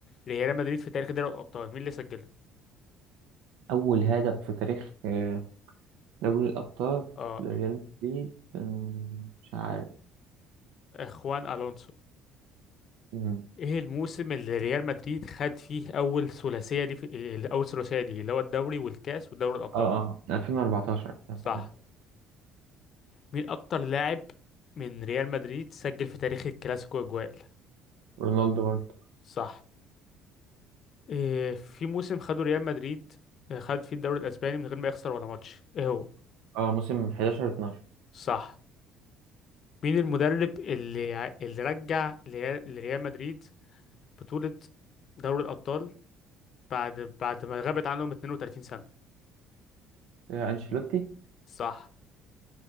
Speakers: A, on the left; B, on the right.
A: ريال مدريد في تاريخ دوري الأبطال مين اللي سجله؟
B: أول هدف في تاريخ آه، دوري الأبطال
A: اه
B: لريال مدريد آه، مش عارف
A: خوان ألونسو
B: مم.
A: ايه الموسم اللي ريال مدريد خد فيه أول ثلاثية دي في إيه، أول ثلاثية دي اللي هو الدوري والكاس ودوري الأبطال
B: اه اه 2014 2014
A: صح مين أكتر لاعب من ريال مدريد سجل في تاريخ الكلاسيكو أجوال
B: رونالدو برضه
A: صح إيه في موسم خده ريال مدريد آه، خد فيه الدوري الأسباني من غير ما يخسر ولا ماتش ايه هو
B: اه موسم 11 12
A: صح مين المدرب اللي ع- اللي رجع لريال لريال مدريد بطولة دوري الأبطال بعد بعد ما غابت عنهم 32 سنة
B: آه، أنشيلوتي
A: صح